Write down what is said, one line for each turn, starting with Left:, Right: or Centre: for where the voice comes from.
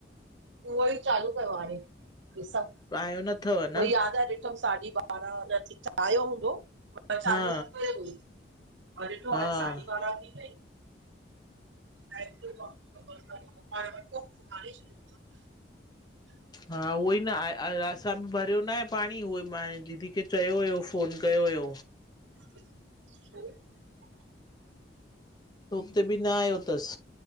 Right: उहो ई चालू कयो हाणे ॾिसां,
Left: आयो नथव
Right: उहो
Left: न
Right: ई याद <unintelligible> त साढी ॿारहां न <unintelligible> आयो हूंदो। पर चालू
Left: हा
Right: न कयल हो, त ॾिठो
Left: हा
Right: हाणे साढी ॿारांह थी वाई त <unintelligible> <inaudible>
Left: हा उहो ई न आहे असां बि भरियो न आहे पाणी उहो मां दीदी खे चयो हुयो फफ़ोन कयो हुयो
Right: <inaudible>
Left: हुते बि न आयो तस